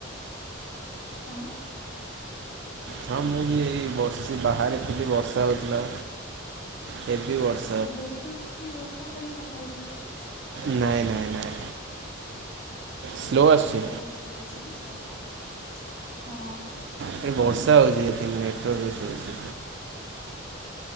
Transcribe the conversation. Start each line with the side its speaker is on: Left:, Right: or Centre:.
Left: ତମେ?
Right: ହଁ, ମୁଁ ବି ଏଇ ବସ୍ଚି, ବାହାରେ ଥିଲି ବର୍ଷା ହଉଥିଲା। ହେବି ବର୍ଷ
Left: ବ୍ଲୁଟୁଥ୍ କି ଇୟର ଫୋନ୍ ଲଗେଇକି କଥା ହଉଛନ୍ତି କି?
Right: ନାଇଁ, ନାଇଁ, ନାଇଁ, ସ୍ଲୋ ଆସୁଛି
Left: କଥା ବହୁତ ସ୍ଲୋ ଶୁଭୁଛ୍ ତ ସେଇ, ହଁ।
Right: ଏଠି ବର୍ଷା ହଉଛି। ଏଠି ନେଟୱାର୍କ ଇସୁ ହଉସି।